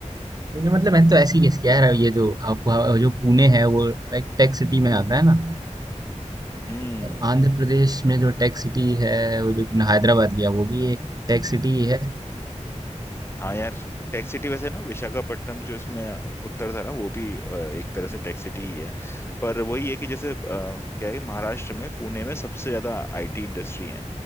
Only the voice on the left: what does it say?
हम्म
हाँ यार टेक सिटी वैसे ना विशाखापट्टनम जो इसमें उत्तर था ना वो भी अ, एक तरह से टेक सिटी ही है पर वही है कि जैसे अ, क्या है महाराष्ट्र में पुणे में सबसे ज्यादा आईटी इंडस्ट्री है